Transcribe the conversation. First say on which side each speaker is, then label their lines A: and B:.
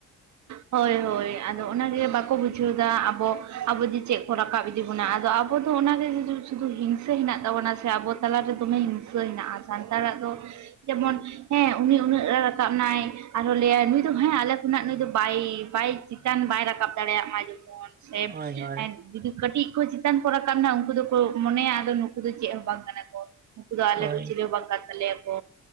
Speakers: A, on the right; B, on the right.
A: ᱦᱳᱭ ᱦᱳᱭ ᱟᱫᱚ ᱚᱱᱟᱜᱮ ᱵᱟᱠᱚ ᱵᱩᱡᱷᱟᱹᱣ ᱫᱟ ᱟᱵᱚ ᱟᱵᱚ ᱡᱮ ᱪᱮᱫ ᱠᱚ ᱨᱟᱠᱟᱵ ᱤᱫᱤ ᱵᱚᱱᱟ ᱟᱫᱚ ᱟᱵᱚ ᱫᱚ ᱚᱱᱟᱜᱮ ᱡᱩᱫᱩ ᱥᱩᱫᱩ ᱦᱤᱝᱥᱟᱹ ᱦᱮᱱᱟᱜ ᱛᱟᱵᱚᱱᱟ ᱥᱮ ᱟᱵᱚ ᱛᱟᱞᱟᱨᱮ ᱫᱚᱢᱮ ᱦᱤᱝᱥᱟᱹ ᱦᱮᱱᱟᱜᱼᱟ᱾ ᱥᱟᱱᱛᱟᱲᱟᱜ ᱫᱚ ᱡᱮᱢᱚᱱ ᱦᱮᱸ ᱩᱱᱤ ᱩᱱᱟᱹᱜ ᱨᱮ ᱨᱟᱠᱟᱵ ᱱᱟᱭ ᱟᱨᱦᱚᱸ ᱞᱟᱹᱭᱟᱭ ᱱᱩᱭ ᱫᱚ ᱦᱮᱸ ᱟᱞᱮ ᱩᱱᱟᱹᱜ ᱱᱩᱭ ᱫᱚ ᱵᱟᱭ ᱵᱟᱭ ᱪᱤᱛᱟᱱ ᱵᱟᱭ ᱨᱟᱠᱟᱵ ᱫᱟᱲᱮᱭᱟᱜ ᱢᱟ ᱡᱮᱢᱚᱱ, ᱥᱮ
B: ᱦᱳᱭ ᱦᱳᱭ
A: ᱡᱩᱫᱤ ᱠᱟᱹᱴᱤᱡ ᱠᱚ ᱪᱮᱛᱟᱱ ᱠᱚ ᱨᱟᱠᱟᱵ ᱱᱟ ᱩᱱᱠᱩ ᱫᱩᱠᱩ ᱢᱚᱱᱮᱭᱟ ᱟᱫᱚ ᱱᱩᱠᱩ ᱫᱚ ᱪᱮᱫ ᱦᱚᱸ ᱵᱟᱝ ᱠᱟᱱᱟ ᱠᱚ᱾ ᱩᱱᱠᱩ ᱫᱚ ᱟᱞᱮ
B: ᱦᱳᱭ
A: ᱫᱚ ᱪᱤᱞᱤ ᱦᱚᱸ ᱵᱟᱝ ᱠᱟᱱ ᱛᱟᱞᱮᱭᱟᱠᱚ᱾